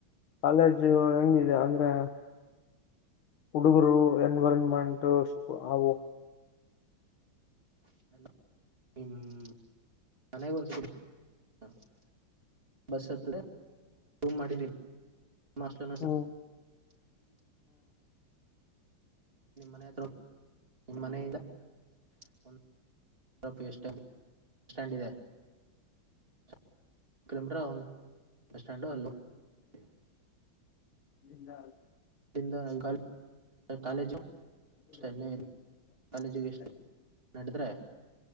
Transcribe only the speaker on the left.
ಕಾಲೇಜು ಹೆಂಗಿದೆ ಅಂದ್ರೆ ಹುಡುಗರು ಎನ್ವಿರನ್ಮೆಂಟ್ ಅವು
ಹ್ಮ್
ಇಲ್ಲ
ಕಾಲೇಜ್